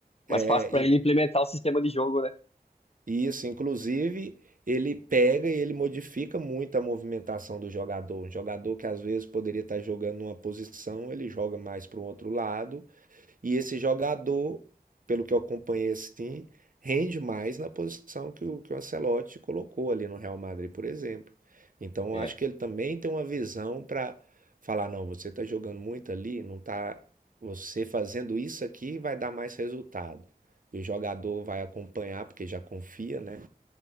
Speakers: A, on the left; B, on the right.
A: Mais
B: É,
A: fácil pra
B: in-
A: ele implementar o sistema de jogo, né?
B: e isso, inclusive, ele pega e ele modifica muito a movimentação do jogador. Um jogador que às vezes poderia estar jogando numa posição, ele joga mais para o outro lado E esse jogador, pelo que eu acompanhei assim, rende mais na posição que o, que o Ancelotti colocou ali no Real Madrid, por exemplo. Então, eu
A: É,
B: acho que ele também tem uma visão para falar, não, você está jogando muito ali, não tá, você fazendo isso aqui vai dar mais resultado. E o jogador vai acompanhar, porque já confia, né?